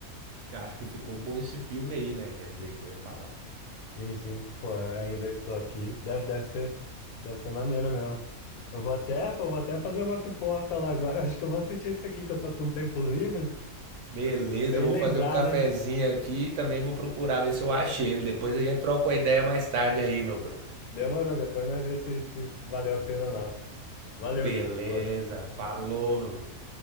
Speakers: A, on the right; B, on the left.
A: acho que ficou bom esse filme aí, né? Quer dizer, que eu ia falar.
B: sim, sim. Pô, eu ainda estou aqui. Deve, deve ser, deve ser maneiro mesmo. Eu vou até, pô, vou até fazer uma pipoca lá agora. <laughs> Acho que eu vou assistir isso aqui que eu tô com tempo livre.
A: Beleza,
B: Bem
A: eu vou
B: lembrado,
A: fazer um cafezinho
B: hein?
A: aqui e também vou procurar ver se eu achei ele. Depois a gente troca uma ideia mais tarde aí, meu brother.
B: Demorou, depois nós vemos se, se valeu a pena ou não. Valeu,
A: Beleza,
B: Victor. Boa.
A: falou, meu brother.